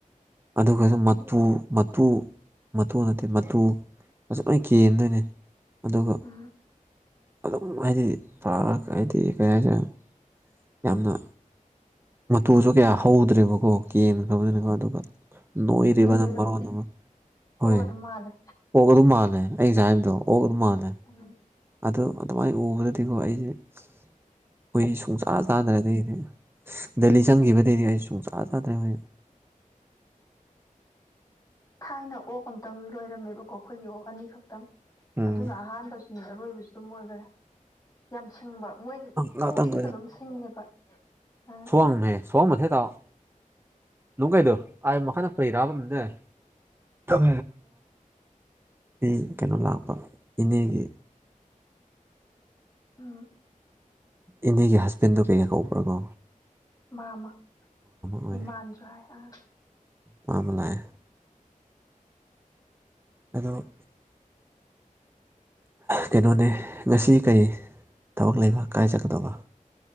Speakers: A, on the right (about 15°); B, on the left (about 25°).
A: ꯑꯗꯨꯒꯁꯨ ꯃꯇꯨ ꯃꯇꯨ ꯃꯇꯨ ꯅꯠꯇꯦ ꯃꯇꯨ ꯑꯁꯨ ꯂꯣꯏ ꯀꯦꯟꯗꯣꯏꯅꯦ ꯑꯗꯨꯒ
B: ꯎꯝ
A: ꯑꯗꯨꯝ ꯍꯥꯏꯗꯤ ꯐꯑꯒ ꯍꯥꯏꯗꯤ ꯀꯔꯤ ꯍꯥꯏꯁꯦ ꯌꯥꯝꯅ ꯃꯇꯨꯁꯨ ꯀꯌꯥ ꯍꯧꯗ꯭ꯔꯦꯕꯀꯣ ꯀꯦꯟꯈ꯭ꯔꯕꯅꯤꯅꯀꯣ ꯑꯗꯨꯒ ꯅ
B: ꯑꯗꯨꯗꯤ
A: ꯏꯔꯕꯝꯔ
B: ꯑꯗꯨꯝ
A: ꯍꯣꯏ
B: ꯑꯣꯛ ꯑꯗꯨꯝ ꯃꯥꯜꯂꯦ
A: ꯑꯣꯛ ꯑꯗꯨꯝ ꯃꯥꯜꯂꯦ ꯑꯩ ꯉꯁꯥꯏ ꯍꯥꯏꯕꯗꯣ ꯑꯣꯛ ꯑꯗꯨꯝ ꯃꯥꯜꯂꯦ
B: ꯑ
A: ꯑꯗꯨꯗ ꯑꯗꯨꯃꯥꯏꯅ ꯎꯕꯗꯗꯤꯀꯣ ꯑꯩꯁꯦ ꯑꯩꯈꯣꯏꯁ ꯁꯨꯡꯆꯥꯥ ꯆꯥꯗ꯭ꯔꯗꯤꯗꯤ ꯗꯦꯜꯂꯤ ꯆꯪꯈꯤꯕꯗꯩꯗꯤ ꯑꯩ ꯁꯨꯡ ꯆꯥ ꯆꯥꯗ꯭ꯔꯦ ꯍ
B: ꯊꯥꯏꯅ ꯑꯣꯛ ꯑꯃꯇꯪ ꯂꯣꯏꯔꯝꯃꯦꯕꯀꯣ ꯑꯩꯈꯣꯏꯒꯤ ꯑꯣꯛ ꯑꯅꯤꯈꯛꯇꯪ
A: ꯎꯝ
B: ꯑꯗꯨꯅ ꯑꯍꯥꯟꯕꯁꯨ ꯎꯝ ꯑꯔꯣꯏꯕꯁꯨ ꯑꯗꯨꯝ ꯑꯣꯏꯈꯔꯦ ꯌꯥꯝ ꯁꯤꯡꯕ ꯃꯣꯏ
A: ꯉꯥꯛꯇꯪ
B: ꯀꯣꯛꯁꯤꯁꯨ ꯑꯗꯨꯝ ꯁꯤꯡꯉꯦꯕ ꯑ
A: ꯋꯥꯡꯃꯦ ꯁꯣ ꯃꯊꯦ ꯇꯥꯎꯑꯣ ꯅꯨꯡ ꯀꯩꯗꯣ ꯑꯥꯏ ꯃꯈꯥꯅ ꯄꯩꯔꯛꯑꯕꯅꯦ ꯑꯣ ꯑꯩ ꯀꯩꯅꯣ ꯂꯥꯛꯄ ꯏꯅꯦꯒꯤ
B: ꯎꯝ
A: ꯏꯅꯦꯒꯤ ꯍꯁꯕꯦꯟꯗꯣ ꯀꯩꯀ ꯀꯧꯕ꯭ꯔꯀꯣ
B: ꯃꯥꯃ
A: ꯑꯣꯏ
B: ꯏꯃꯥꯟꯁꯨ ꯍꯥꯏ ꯑꯥ
A: ꯃꯥ ꯑꯃꯂꯑ ꯑꯗꯣ
B: <unintelligible>
A: ꯀꯩꯅꯣꯅꯦ ꯉꯁꯤ ꯀꯩ ꯊꯕꯛ ꯂꯩꯕ ꯀꯥꯏꯖꯠꯀꯗꯧꯕ